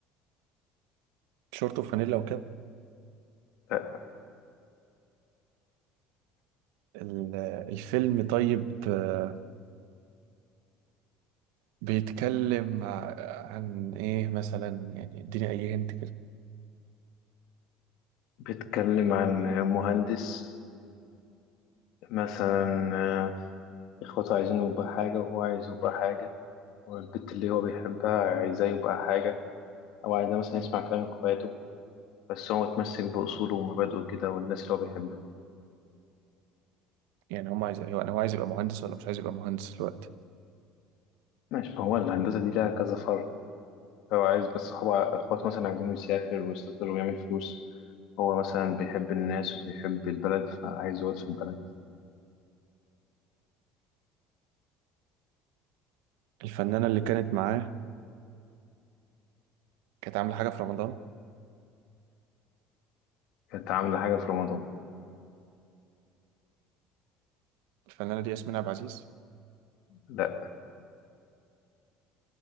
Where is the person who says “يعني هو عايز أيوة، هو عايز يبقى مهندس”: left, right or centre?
Right